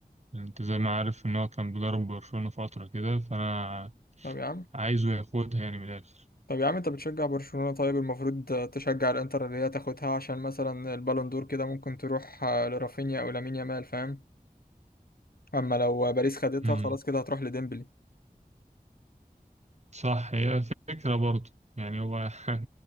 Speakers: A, on the right; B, on the left.
A: انت زي ما عارف ان هو كان بيدرب برشلونه فتره كده فانا
B: طب يا عم
A: عايزه ياخدها يعني من الاخر
B: طب يا عم انت بتشجع برشلونة طيب المفروض تشجع الانتر اللي هي تاخدها عشان مثلا البالون دور كده ممكن تروح آه، لرافينيا او لامين يامال فاهم اما لو باريس خدتها
A: امم
B: خلاص كده هتروح لديمبلي
A: صح هي فكره برضه يعني هو <laughs>